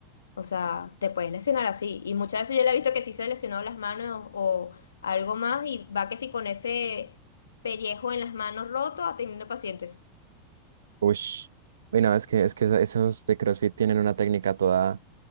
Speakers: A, on the left (about 85°); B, on the right (about 80°).
A: o sea, te puedes lesionar así. Y muchas veces yo le he visto que sí se lesionó las manos o algo más y va que sí con ese pellejo en las manos roto atendiendo pacientes.
B: Ush. Y no, es que, es que eso- esos de CrossFit tienen una técnica toda,